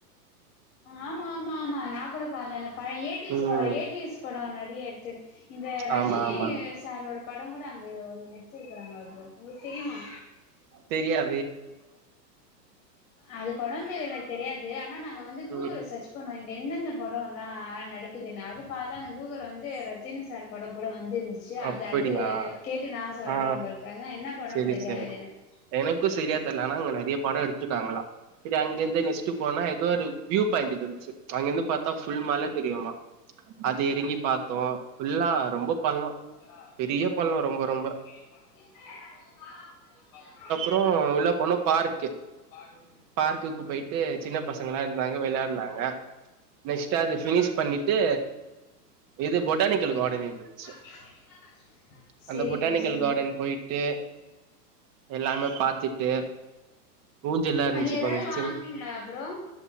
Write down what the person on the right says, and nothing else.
ம்
ஆமா ஆமா
தெரியா
ம்
அப்படியா
ஆ
செரி
செரி
எனக்கு சரியா தெரியல ஆனா அங்க நெறய படோ எடுத்துருக்காங்ளா சரி அங்க இருந்த நெஸ்ட்டு போனா ஏதோ ஒரு வியூ பாயிண்ட் இருக்குது அங்கிருந்து பாத்தா ஃபுல் மல தெரியுமா அது எறங்கி பாத்தோ ஃபுல்லா ரொம்ப பள்ளோ
பெரிய பள்ளோ
ரொம்ப ரொம்ப
ம் உள்ள போனா பார்க்கு
பார்க்குக்கு போயிட்டு சின்ன பசங்க எல்லா இருந்தாங்க வெளயாடுனாங்க நெக்ஸ்ட்டு அது பினிஷ் பண்ணிட்டு இது பொட்டானிக்கல் கார்டன் இருந்துச்சு
அந்த பொட்டானிக்கல்
கார்டன்
போயிட்டு எல்லாமே பாத் துட்டு ஊஞ்சல்லா இருந்துச்சு
கொஞ்ச சின்ன